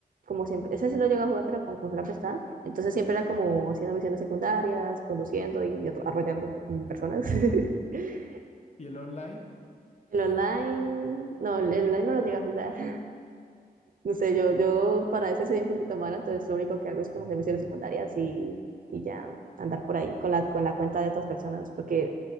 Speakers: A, on the right; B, on the left.
A: como siempre, ese sí lo llego a jugar, pero con consola prestada. Entonces siempre era como haciendo misiones secundarias, conduciendo y atro- arrollando mm, personas. <laughs>
B: ¿Y el online?
A: El online, no, el online no lo llegué a jugar. <laughs> No sé, yo, yo para ese soy un poquito mala, entonces lo único que hago es como hacer misiones secundarias y, y ya andar por ahí con la, con la cuenta de otras personas, porque